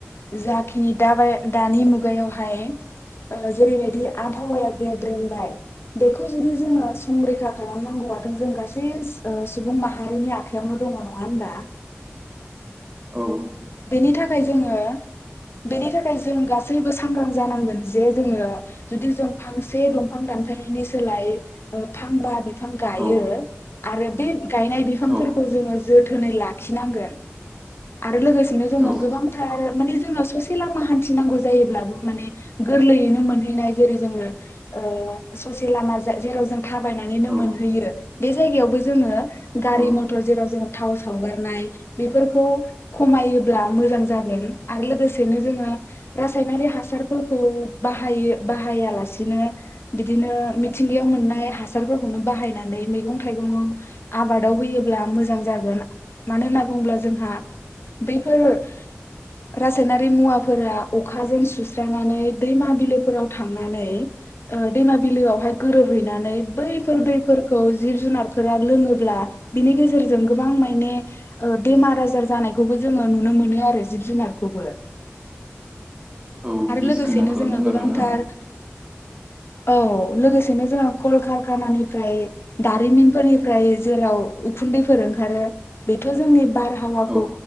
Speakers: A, on the left; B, on the right.
A: जाखिनि दाबाय दानि मुगायावहाय ओ जेरैबायदि आबहावाया गेब्रेंबाय बेखौ जुदि जोङो संरैखा खालामनांगौबथ' जों गासै ओ सुबुं माहारिनि आखायावनो दङ नङा होनबा?
B: औ।
A: बेनि थाखाय जोङो बेनि थाखाय जों गासैबो सांग्रां जानांगोन जे जोङो जुदि जों फांसे दंफां दानफायनायनि सोलाय फांबा बिफां गायो
B: औ
A: आरो बे गायनाय बिफांफोरखौ
B: औ
A: जोङो जोथोनै लाखिनांगोन आरो लोगोसे दिनो जोंनो
B: औ
A: गोबांथार माने जों जोङो ससे लामा हान्थिनांगौ जायोब्लाबो माने गोरलैयैनो मोनहैनाय जेरै जोङो अ ससे लामा जा जेराव जों थाबायनानैनो
B: औ
A: मोनहैयो। बे जायगायावबो जोङो। गारि
B: औ
A: मटर जेराव जों थाव सावगारनाय बेफोरखौ खमायो ब्ला मोजां जागोन आरो लोगोसेनो जोङो रासायनारि हासारफोरखौ बाहायो बाहायालासे बिदिनो बिदिनो मिथिंगायाव मोननाय हासारफोरख खौनो बाहायनानै मैगं थाइगंआव आबादाव होयोब्ला मोजां जागोन मानोना बुंब्ला जोंहा बे-' बेफोर रासायनारि मुवाफोरा अखाजों सुस्रानानै दैमा बिलोफोराव थांनानै ओ दैमा बिलोआवहाय गोरोबहैनानै बैफोर दैफोरखौ जिब जुनारफोरा लोङोब्ला बिनि गेजेरजों गोबां माइने ओ बेमार आजार जानायखौबो। जोङो नुनो मोनो आरो जिब जुनारखौबो
B: औ
A: आरो
B: बिस
A: लोगोसेनो
B: गोनां खालामदों
A: जोंङो गोबांथार-'-
B: आरोना
A: औ लोगोसेनो जोंहा कलकारखानानिफ्राय दारिमिनफोरनिफ्राय जेराव उखुन्दैफोर ओंखारो बेथ' जोंनि बार हावाखौ।
B: औ